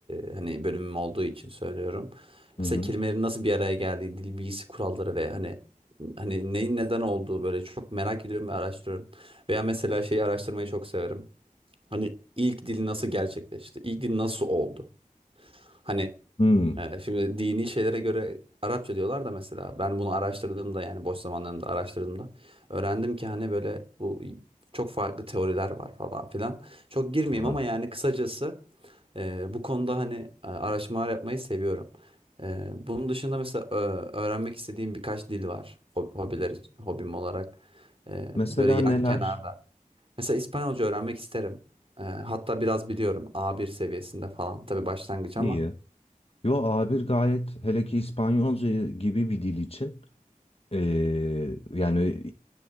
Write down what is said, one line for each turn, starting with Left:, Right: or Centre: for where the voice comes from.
Right: e, hani bölümüm olduğu için söylüyorum.
Left: Hı
Right: Mesela
Left: hı.
Right: kelimelerin nasıl bir araya geldiği, dil bilgisi kuralları ve hani hani neyin neden olduğu böyle çok merak ediyorum ve araştırıyorum. Veya mesela şeyi araştırmayı çok severim. Hani ilk dil nasıl gerçekleşti? İlk dil nasıl oldu? Hani
Left: Hmm,
Right: ee, şimdi dini şeylere göre Arapça diyorlar da mesela ben bunu araştırdığımda yani boş zamanlarımda araştırdığımda öğrendim ki hani böyle bu çok farklı teoriler var falan filan. Çok girmeyeyim
Left: tabii.
Right: ama yani kısacası e, bu konuda hani e, araştırmalar yapmayı seviyorum. E, bunun dışında mesela e, öğrenmek istediğim birkaç dil var hob- hobiler hobim olarak E,
Left: Mesela
Right: böyle yan
Left: neler?
Right: kenarda. Mesela İspanyolca öğrenmek isterim. E, hatta biraz biliyorum A1 seviyesinde falan tabii başlangıç
Left: İyi.
Right: ama
Left: Yo A1 gayet hele ki İspanyolca gibi bir dil için e, yani